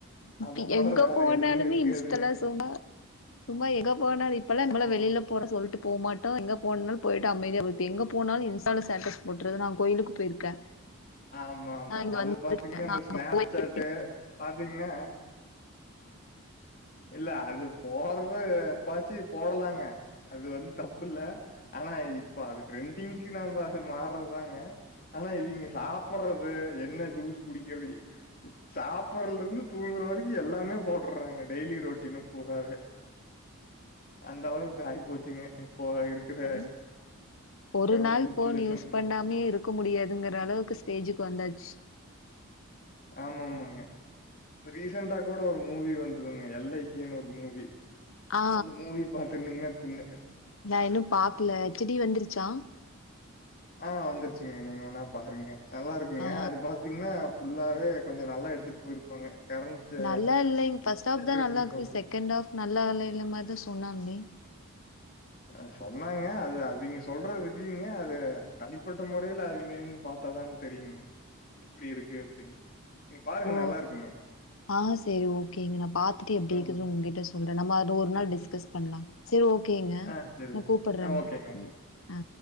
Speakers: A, on the left (about 65°); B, on the left (about 40°).
A: இப்ப
B: அத தவிர
A: எங்க
B: வேற
A: போனாலுமே
B: எதுவுமே இருக்காதுங்க
A: இன்ஸ்டால சும்மா சும்மா எங்க போனாலு இப்பல்லா நம்மள
B: ஆம்
A: வெளில போனா சொல்ட்டு போமாட் டோ எங்க போனுனாலு போயிட்டு அமைதியா இப்ப எங்க போனாலு இன்ஸ்டால ஸ்லேட்டஸ் போட்டுறது நா கோயிலுக்கு போயிருக்கே
B: ஆமா ஆமா
A: நா இங்க
B: அது
A: வந்தே
B: பாத்தீங்கன்னா
A: நா
B: இந்த ஸ்னாப்சாட்டு
A: அங்க போயிருக்கே
B: பாத்தீங்கன்னா இல்ல அது போறது எப்பாச்சு போடலாங்க அது வந்து தப்பு இல்ல ஆனா இப்ப அது ட்ரெண்டிங்க்கு நம்ம அது மாறதாங்க ஆனா இவிங்க சாப்புடுறது என்ன ஜூஸ் குடிக்கிறது சாப்புடுறதுல இருந்து தூங்குற வரைக்கு எல்லாமே போடுறாங்க டெய்லி ரொட்டீனு பூராவே அந்த அளவுக்கு ஆய் போச்சுங்க இப்போ இருக்கிற
A: ஆ ஒரு
B: கரண்ட்
A: நாள்
B: சிச்சுவேஷன்.
A: ஃபோனு யூஸ் பண்ணாமயே இருக்க முடியாதுங்கற அளவுக்கு ஸ்டேஜக்கு வந்தாச்சு
B: ஆமா ஆமாங்க இப்ப ரீசெண்டா கூட ஒரு மூவி வந்ததுங்க எல்ஐக்கேன்னு ஒரு மூவி
A: ஆ
B: அந்த மூவி பாத்துருந்தீங்கனா தின்ன
A: நா இன்னு பாக்கல செடி வந்துருச்சா
B: ஆ வந்துருச்சுங்க நீங்க வேனா பாருங்க நல்லா இருக்குங்க
A: ஆ
B: அது பாத்தீங்கன்னா ஃபுல்லாவே கொஞ்ச நல்லா எடுத்துட்டு போயிருப்பாங்க கரண்ட் ஜெ
A: நல்லா இல்லைங்க ஃபஸ்ட் ஆஃப்
B: ஜெனரேஷன்
A: தா நல்லா இருக்கு
B: பொறுத்து.
A: செகண்ட் ஆஃப் நல்லா இல்லேனு மாதிரி தா சொன்னாங்களே
B: அ சொன்னாங்க அது அவிங்க சொல்ற ரீவ்யூங்க அது தனிப்பட்ட முறையில அவுங்க அவுங் பாத்தா தா தெரியுங்க எப்படி இருக்கு அப்படின்னு நீங்க பாருங்க
A: ஓ
B: நல்லா இருக்குங்க
A: ஆ சேரி ஓகேங்க நா பாத்துட்டு எப்டி இருக்குதுன்னு
B: ஆமா.
A: உங்ககிட்ட சொல்றே நம்ம அது ஒரு நாள்
B: ம்.
A: டிஸ்கஸ் பண்ணலா சேரி ஓகேங்க
B: ஆ சரி
A: நா
B: ஓகே.
A: கூப்பிடுறேங்க
B: ஆ ஓகேங்க.
A: ஆ